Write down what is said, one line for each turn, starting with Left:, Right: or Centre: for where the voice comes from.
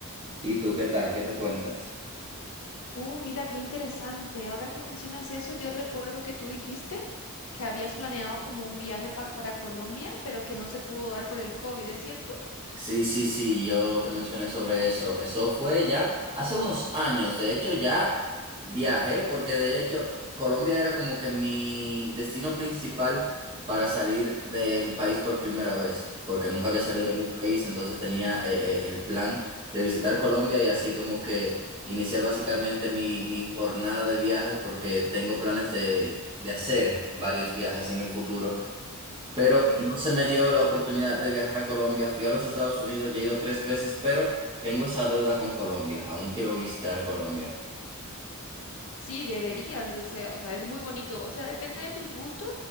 Right: ¿Y tú qué tal? ¿Qué te cuentas?
Left: Uh, mira, qué interesante. Ahora que mencionas eso, yo recuerdo que tú dijiste que habías planeado como un viaje pa- para Colombia, pero que no se pudo dar por el COVID, ¿es cierto?
Right: Sí, sí, sí, yo te mencioné sobre eso. Eso fue ya hace unos años. De hecho, ya viajé porque de hecho Colombia era como que mi destino principal para salir del país por primera vez, porque nunca había salido
Left: Ok,
Right: de mi país, entonces tenía eh, eh, el plan de visitar Colombia y así como que iniciar básicamente mi, mi jornada de viajes porque tengo planes de, de hacer varios viajes en el futuro pero
Left: ok.
Right: no se me dio la oportunidad de viajar a Colombia. Fui a los Estados Unidos, ya he ido tres veces, pero tengo esa deuda con Colombia. Aún quiero visitar Colombia.
Left: Sí, deberías, o sea, o sea, es muy bonito. O sea, depende de tus gustos,